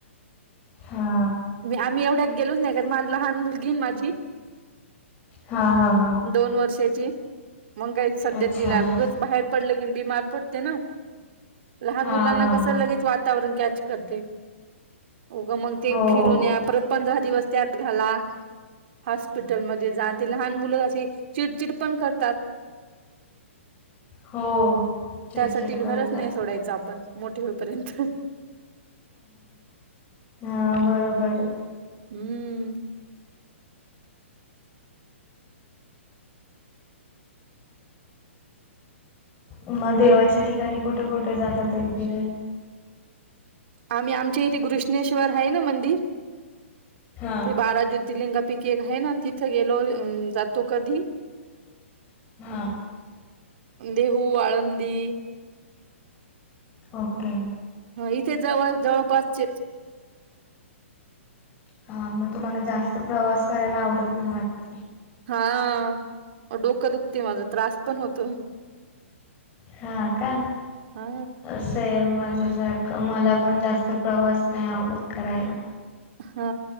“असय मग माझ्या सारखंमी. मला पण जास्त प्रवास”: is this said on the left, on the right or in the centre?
Left